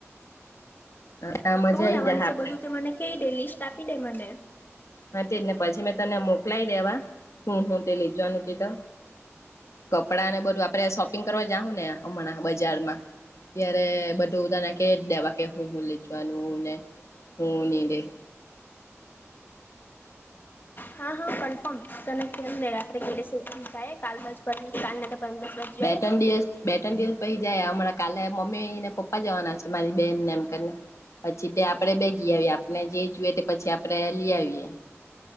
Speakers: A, on the left; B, on the left.
A: ત્યાં મજા
B: શું
A: આઈ
B: લેવાની
A: જાય
B: છે
A: આપડે
B: બધું તે મને કેય દે લિસ્ટ આપી દે મને.
A: હા તેજ ને પછી મેં તને મોકલાય દેવા હું હું તે લેય જવાનું તેતો. કપડાને બધું આપડે શોપિંગ કરવા જાહું ને હમણાં બજારમાં. ત્યારે બધું તને કેય જ દેવા કે હું હું લેય જવાનું ને હું નીતે.
B: હા હા કનફર્મ તને કેમને રાત્રે કે દિવસ જાએ કાલ ની તો પરમ દસ વાગે
A: બે
B: જાય
A: તણ દિવસ બે ત્રણ દિવસ પહી જાએ હમણાં કાલે મમ્મીને પપ્પા જવાના છે મારી બેનને એમ કરને પછી તે આપણે બે ગી આવીએ આપને જે જોયે તે પછી આપણે લી આવીએ.